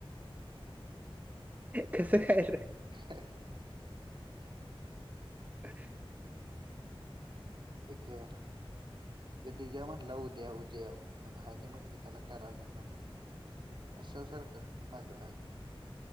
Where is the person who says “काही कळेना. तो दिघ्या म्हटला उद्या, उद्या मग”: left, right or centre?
Right